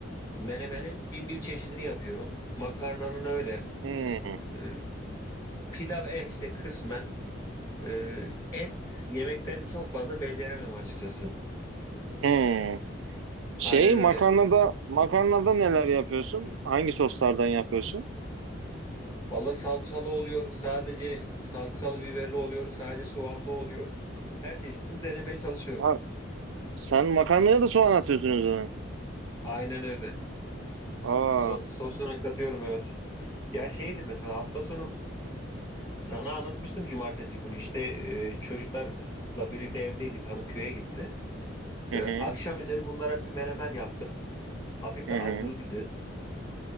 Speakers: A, on the left; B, on the right.
A: menemenin bin bir çeşidini yapıyorum. Makarnanın öyle.
B: Hmm,
A: E, pilav eh işte kısmen. E, et yemeklerini çok fazla beceremem açıkçası.
B: hmm. Şey,
A: Aynen
B: makarnada,
A: öyle.
B: makarnada neler yapıyorsun? Hangi soslardan yapıyorsun?
A: Valla salçalı oluyor, sadece salçalı biberli oluyor, sadece soğanlı oluyor. Her çeşidini denemeye çalışıyorum.
B: Ha, sen makarnaya da soğan atıyorsun üzerine.
A: Aynen öyle.
B: Aa,
A: So sosuna katıyorum evet. Ya şeydi mesela hafta sonu sana anlatmıştım cumartesi günü işte e, çocuklarla birlikte evdeydik. Hanım köye gitti.
B: hı
A: E,
B: hı,
A: akşam üzeri bunlara bir menemen yaptım. Hafif
B: hı
A: de acılıydı.
B: hı.